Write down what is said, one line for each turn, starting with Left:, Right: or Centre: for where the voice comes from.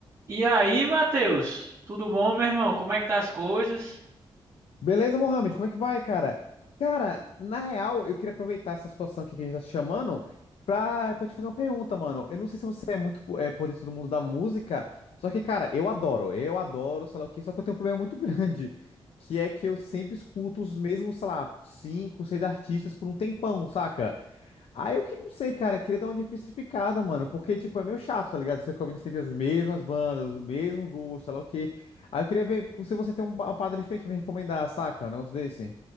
Right: E aí, Matheus? Tudo bom, meu irmão? Como é que tá as coisas?
Left: Beleza, Mohamed? Como é que vai, cara? Cara, na real, eu queria aproveitar essa situação aqui que a gente tá te chamando pra, pra te fazer uma pergunta, mano. Eu não sei se você é muito po- é, por dentro do mundo da música, só que, cara, eu adoro, eu adoro, sei lá o quê, só que eu tenho um problema muito <laughs> grande, que é que eu sempre escuto os mesmos, sei lá, cinco, seis artistas por um tempão, saca? Ah, eu que não sei, cara. Queria dar uma diversificada, mano. Porque, tipo, é meio chato, tá ligado? Você fica ouvindo sempre as mesmas bandas, o mesmo gosto, sei lá o quê. Aí eu queria ver se você tem um- uma parada diferente pra me recomendar, saca? Um negócio desse.